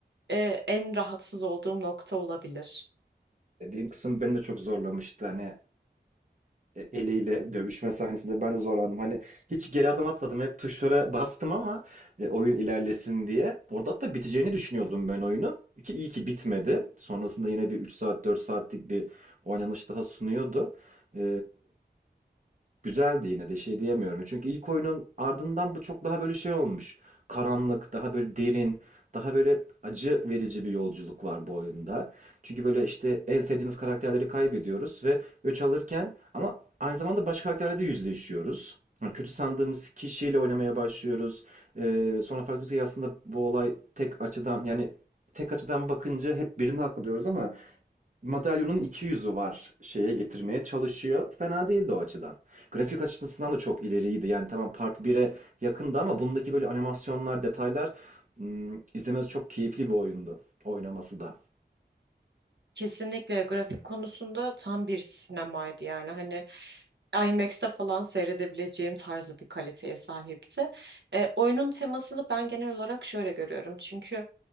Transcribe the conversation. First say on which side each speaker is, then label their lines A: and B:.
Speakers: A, on the right (about 75°); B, on the right (about 45°).
A: e, en rahatsız olduğum nokta olabilir.
B: Dediğin kısım beni de çok zorlamıştı. Hani e, eliyle dövüşme sahnesinde ben de zorlandım. Hani hiç geri adım atmadım. Hep tuşlara bastım ama e, oyun ilerlesin diye. Orada hatta biteceğini düşünüyordum ben oyunun. Ki iyi ki bitmedi. Sonrasında yine bir 3 saat 4 saatlik bir oynanış daha sunuyordu. E, Güzeldi yine de şey diyemiyorum. Çünkü ilk oyunun ardından bu çok daha böyle şey olmuş. Karanlık, daha böyle derin, daha böyle acı verici bir yolculuk var bu oyunda. Çünkü böyle işte en sevdiğimiz karakterleri kaybediyoruz ve öç alırken ama aynı zamanda başka karakterlerle de yüzleşiyoruz. Yani kötü sandığımız kişiyle oynamaya başlıyoruz. Ee, sonra fark ediyoruz ki aslında bu olay tek açıdan yani tek açıdan bakınca hep birini haklı diyoruz ama madalyonun iki yüzü var şeye getirmeye çalışıyor. Fena değildi o açıdan. Grafik açısından da çok ileriydi. Yani tamam Part 1'e yakındı ama bundaki böyle animasyonlar, detaylar hmm, izlemesi çok keyifli bir oyundu. Oynaması da.
A: Kesinlikle grafik konusunda tam bir sinemaydı yani hani IMAX'te falan seyredebileceğim tarzı bir kaliteye sahipti. E, oyunun temasını ben genel olarak şöyle görüyorum çünkü